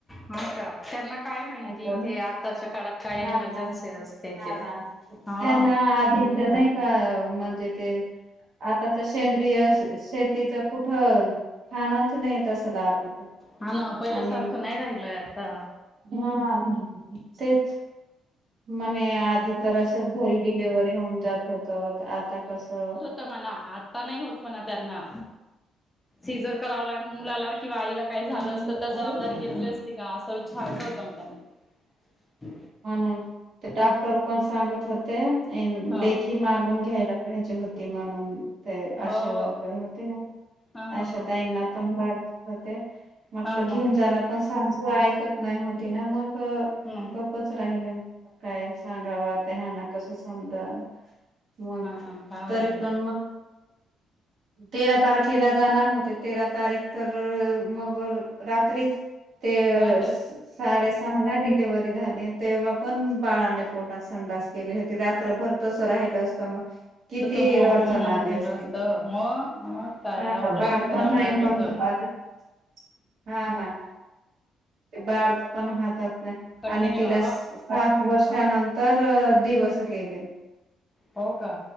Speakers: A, on the left (about 15°); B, on the right (about 60°).
A: हा का त्यांना काय माहितीय
B: नाहीतर
A: इथे आताच्या काळात काय
B: हा
A: एमर्जन्सी
B: ह
A: असते
B: हा
A: ते हा
B: त्यांना आधी नाही का म्हणजे ते आताच्या सेंद्रिय शेतीच कुठं खानाच नाही तसला आपण
A: हा ना पहिलं
B: आणि
A: सारखं नाही राहिलय आता
B: हा तेच म्हणे आधी तर असंच घरी डिलेव्हरी होऊन जात होत आता कसं
A: हो मणा आता नाही होत म्हणा त्यांना सिझर करावा लाग मुलाला किं आईला काय झालं
B: दवा
A: असतं त्या जबाबदारी घेतली असते का असा विचार कर होत म त्यांना
B: म्हणून ते डॉक्टर पण सांगत होते
A: हा
B: लेखी ती मागून घ्यायला जायची होती म्हणून ते
A: हो
B: आशा वर्कर होती ना
A: हा हा
B: अशा
A: हा
B: ताईंना पण पाढ होते म्हटलं
A: हा हा
B: घेऊन जाणार पण सांज ऐकत नाही होती ना मग
A: हम्म
B: च राहिले म काय सांगावं आता ह्यांना कसं समजाव मग
A: हा ना काय
B: तरी पण मग तेरा तारखेला जाणार होते तेरा तारीख तर मग रात्रीच ते
A: रात्र
B: साडे सहा ला डिलीवररी झाली तेव्हा पण बाळाने पोटात संडास केली होती रात्रभर तस राहिलं असतं मग किती
A: तर मग
B: अडचण
A: मग मरून
B: आली
A: गेलं
B: असते
A: असतं मग मग काय
B: हा
A: ऑपरेशन
B: बापण
A: करावं
B: नाही
A: लागलं
B: पण
A: तर
B: हा
A: मग
B: ना ते बाळ पण हातात नाही
A: कठीण
B: आणि
A: आहे
B: तिला
A: बाबा
B: सात वर्षानंतर दिवस केले
A: हो का